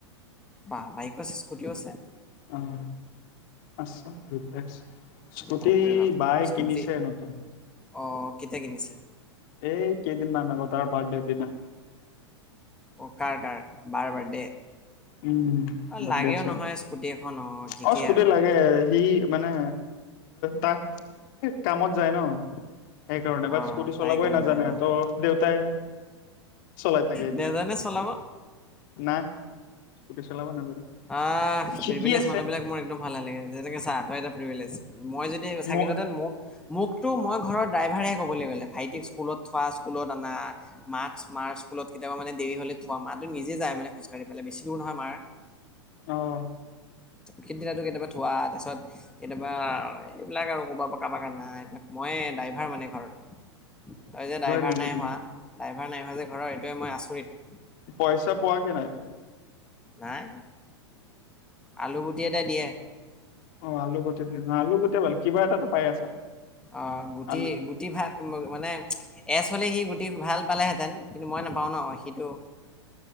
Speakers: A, in the centre; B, on the left.
A: বা বাইকো আছে স্কুটিও আছে
B: উম আচ্ছা দুয়োটাই আছে, স্কুটি
A: বাপৰে বাপ।
B: বাইক
A: স্কুটি
B: কিনিছে নতুন
A: অ কেতিয়া কিনিছে
B: এই কেইদিনমান আগত তাৰ বাৰ্থডেৰ দিনা
A: অ' কাৰ কাৰ বাৰ বাৰ্থডে
B: উম
A: অ'
B: বাৰ্ডে
A: লাগেও
B: আছে।
A: নহয় স্কুটি এখন ঠিকেই
B: অ স্কুটি
A: আৰু।
B: লাগে। সি মানে তাক কামত যায় ন সেইকাৰণে বাট
A: অ'
B: স্কুটি চলাবই
A: তাই কামত
B: নাজানে
A: যায় ন'
B: ত' দেউতাই চলাই থাকে এতিয়া
A: নেজানে
B: আৰু
A: চলাব।
B: নাই স্কুটি চলাব নাজানে
A: আহ
B: শিকি
A: প্ৰিভিলেজ
B: আছে
A: মানুহ বিলাক মোৰ একদম ভাল নালাগে যেনেকে চা তই এটা প্ৰিভিলেজ মই যদি চাকিলো
B: ম
A: হেতেন মোক মোক তো মই ঘৰৰ ড্ৰাইভাৰে ক'বলে গ'লে ভাইটিক স্কুলত থোৱা স্কুলত অনা মাক্স মাৰ স্কুলত কেতিয়াবা মানে দেৰি হ'লে থোৱা মা টো নিজে যায় মানে খোজকাঢ়ি পেলাই বেছি দূৰ ন নহয় মাৰ
B: অহ
A: সিদিনাটো কেতিয়াবা থোৱা তাৰপিছত কেতিয়াবা এইবিলাক আৰু কৰ'বাৰ পৰা কাবাক আনা মই ড্ৰাইভাৰ মানে ঘৰত তই যে ড্ৰাইভাৰ
B: নেকি
A: নাই
B: তুমি
A: হোৱা ড্ৰাইভাৰ নাই হোৱা যে ঘৰৰ এইটোৱে মই আচৰিত
B: পইচা পোৱা কি নাই তুমি
A: নাই আলু গুটি এটা দিয়ে
B: অ আলু গুটি দিয়ে ন আলু গুটিয়ে ভাল কিবা এটাটো পাই আছা
A: অ গুটি
B: আলু
A: গুটি ভাগ মানে এজ হ'লে সি গুটি ভাল পালেহেঁতেন কিন্তু মই নাপাওঁ ন সিটো